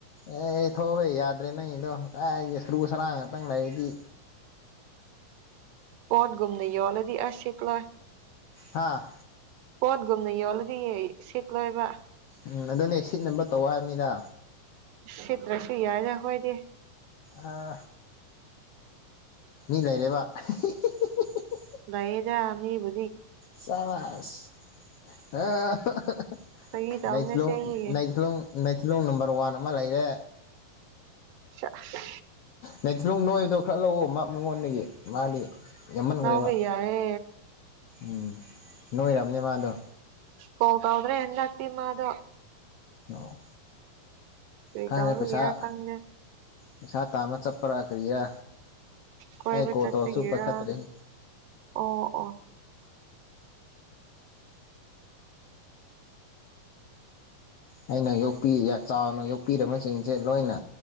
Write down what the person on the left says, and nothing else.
ꯑꯦ ꯑꯩ ꯊꯣꯛꯎꯍꯦ ꯌꯥꯗ꯭ꯔꯦ ꯅꯪꯒꯤꯗꯣ ꯀꯥꯏꯒꯤ ꯁꯔꯨ ꯁꯔꯥꯡ ꯉꯥꯛꯇꯪ ꯂꯩꯗꯤ
ꯍꯥꯥ
ꯎꯝ ꯑꯗꯨꯅꯦ ꯁꯤꯠꯅꯕ ꯇꯧ ꯍꯥꯏꯕꯅꯤꯗ
ꯑꯥ ꯃꯤ ꯂꯩꯔꯦꯕ ꯑ ꯍꯤ ꯍꯤ ꯍꯤ ꯍꯤ
ꯆꯕꯥꯁ ꯑ ꯑꯍꯥ ꯍꯥ ꯍꯥ
ꯅꯩꯊ꯭ꯂꯨꯡ
ꯅꯩꯊ꯭ꯂꯨꯡ ꯅꯩꯊ꯭ꯂꯨꯡ ꯅꯝꯕꯔ ꯋꯥꯟ ꯑꯃ ꯂꯩꯔꯦ
ꯅꯩꯊ꯭ꯂꯨꯡ ꯅꯣꯏꯗꯣ ꯈꯔ ꯂꯧꯋꯣ ꯃꯥ ꯃꯉꯣꯟꯗꯒꯤ ꯃꯥꯗꯤ ꯌꯥꯝꯃꯟꯈ꯭ꯔꯦꯕ
ꯎꯝ ꯅꯣꯏꯔꯕꯅꯦ ꯃꯥꯗꯣ
ꯑꯣ
ꯈꯪꯗ꯭ꯔꯦ
ꯄꯩꯁꯥ
ꯄꯩꯁꯥ ꯇꯥꯟꯕ ꯆꯠꯄꯔ ꯀ꯭ꯔꯤꯔ
ꯑꯩ ꯀꯣꯜ
ꯇꯧꯔꯁꯨ ꯄꯥꯏꯈꯇ꯭ꯔꯩ
ꯑꯩꯅ ꯌꯣꯛꯄꯤ ꯆꯥꯎꯅ ꯌꯣꯛꯄꯤꯔꯝꯕꯁꯤꯡꯁꯦ ꯂꯣꯏꯅ